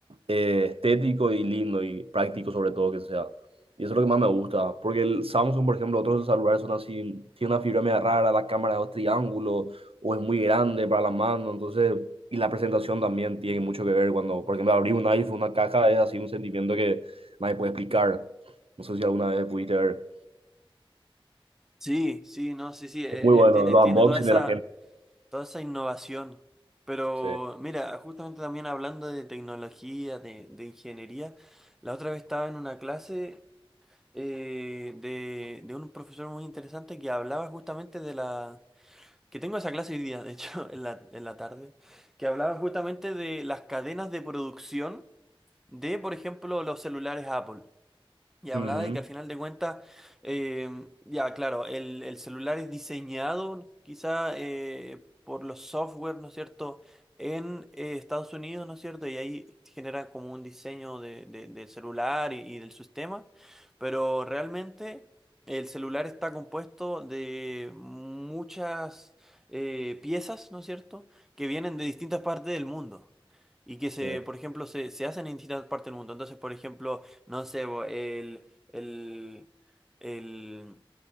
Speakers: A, on the right; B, in the centre.
A: eh, estético y lindo y práctico sobre todo que sea. Y eso es lo que más me gusta. Porque el Samsung, por ejemplo, otros celulares son así, tiene una fibra media rara, la cámara es un triángulo o es muy grande para la mano. Entonces, y la presentación también tiene mucho que ver cuando, por ejemplo, abrir un iPhone, una caja, es así un sentimiento que nadie puede explicar. No sé si alguna vez pudiste ver.
B: Sí, sí, no, sí, sí, eh,
A: Es muy bueno,
B: eh, tiene,
A: los
B: tiene
A: unboxing
B: toda esa,
A: de la gente.
B: toda esa innovación. Pero
A: Sí.
B: mira, justamente también hablando de tecnología, de, de ingeniería, la otra vez estaba en una clase eh, de, de un profesor muy interesante que hablaba justamente de la... que tengo esa clase hoy día, de hecho, <laughs> en la, en la tarde, que hablaba justamente de las cadenas de producción de, por ejemplo, los celulares Apple. Y hablaba
A: Ujú,
B: de que al final de cuentas, eh, ya claro, el, el celular es diseñado quizá eh, por los software, ¿no es cierto?, en eh, Estados Unidos, ¿no es cierto?, y ahí genera como un diseño de, de- del celular y, y del sistema, pero realmente el celular está compuesto de muchas eh, piezas, ¿no es cierto?, que vienen de distintas partes del mundo. Y que se,
A: sí.
B: por ejemplo, se, se hacen en distintas partes del mundo. Entonces, por ejemplo, no sé, bo, el, el, el,